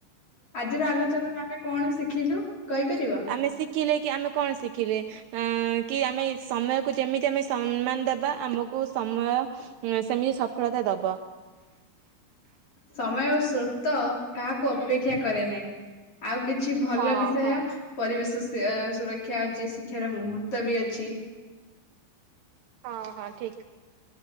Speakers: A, on the left; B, on the right.
A: ଆଜିର ଆଲୋଚନାରେ ଆମେ କଣ ଶିଖିଲୁ, କହିପାରିବ?
B: ଆମେ ଶିଖିଲେ କି, ଆମେ କଣ ଶିଖିଲେ? ଅଁ କି ଆମେ ସମୟକୁ ଯେମିତି ଆମେ ସମ୍ମାନ ଦବା, ଆମକୁ ସମୟ ଉଁ, ସେମିତି ସଫଳତା ଦବ।
A: ସମୟ ଓ ସ୍ରୋତ କାହାକୁ ଅପେକ୍ଷା କରେ ନାହିଁ। ଆଉ କିଛି ଭଲ
B: ହଁ
A: ବିଷୟ
B: ହଁ
A: ପରିବେଶ ସୁରକ୍ଷା ଅଛି ଶିକ୍ଷାର ମୁହୂତ୍ତ ବି ଅଛି।
B: ହଁ ହଁ ଠିକ